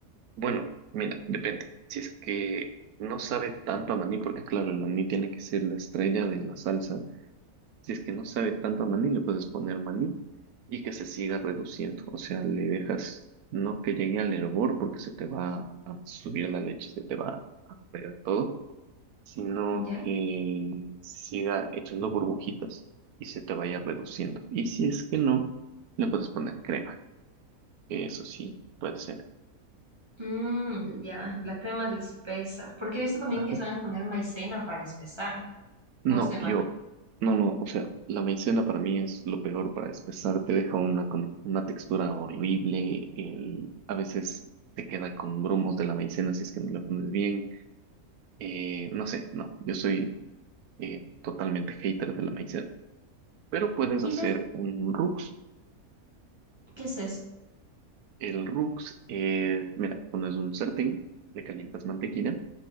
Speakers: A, on the right; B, on the right.
A: bueno, mira, depende. Si es que no sabe tanto a maní, porque claro, el maní tiene que ser la estrella de la salsa. Si es que no sabe tanto a maní, le puedes poner maní y que se siga reduciendo. O sea, le dejas, no que llegue al hervor porque se te va a subir la leche, se te va a pegar todo, sino
B: ¿Ya?
A: que siga echando burbujitas y se te vaya reduciendo. Y si es que no, le puedes poner crema, que eso sí puede ser.
B: Mm, ya, la crema le espesa. Porque he visto también
A: <laughs>
B: que saben poner maicena para espesar.
A: No,
B: O estoy mal.
A: yo, no, no, o sea, la maicena para mí es lo peor para despezar, te deja una, con una textura horrible, el, a veces te queda con grumos de la maicena si es que no le pones bien, eh, no sé, no, yo soy eh, totalmente hater de la maicena, pero puedes
B: ¿Y
A: hacer
B: des-
A: un rux,
B: qué es eso?
A: el rux, eh, mira, pones un sartén, le calientas mantequilla,